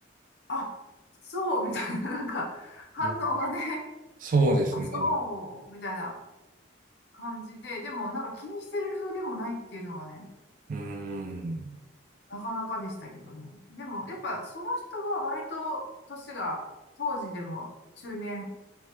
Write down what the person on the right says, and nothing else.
うんそうですね。
うーん。